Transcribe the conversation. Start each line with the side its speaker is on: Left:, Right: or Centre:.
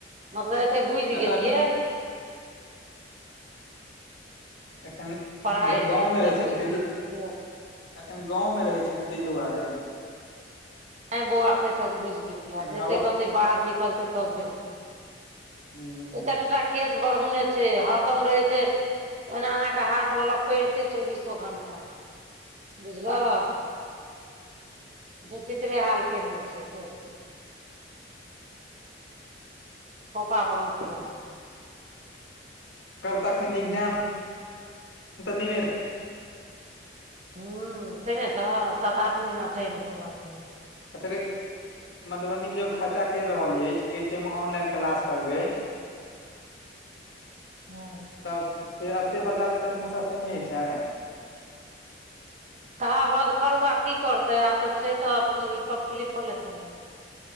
Right: मतलब एते बुइझि
Left: तखन
Right: गेलियै।
Left: एखन
Right: पढ़ाइ
Left: ग-
Right: लाइन
Left: ग -गाँव मे रहै छै
Right: बुझि
Left: ने तै
Right: गेलियै से
Left: एखन गाँव मे रहै छै ने तैय दुआरे।
Right: नैय बौआ कहै छै हम बुइझ गेलियै
Left: कनि
Right: जतेै
Left: आब
Right: कतै बाहर निकलतै तब देखतै।
Left: हूँ
Right: एततटा केस बरहोने छै हरदम रहे छै। ओना एना कऽ हाथ लेलऽ करिते चौबीसो घंटा बुझलहक। बिचित्रे हाल केने छै केश के- खोपा बनहतै आब-
Left: तब तऽ एखन एग्जाम नैय हेत।
Right: हँ छै ने तऽ सात आठ महीना टाईम छैय लागल।
Left: तऽ फेर मधुबनी मे जे खर्चा कैर रहल अइछ कहै छै हम ऑनलाइन क्लास करबेै।
Right: हँ।
Left: तब फेर एते बजा लेतेै मौसा से नैय होय छै।
Right: तऽ आब अधखरुआ की करतै आब तऽ छै तऽ अपन ई कम्प्लीट कऽ लेतै नऽ।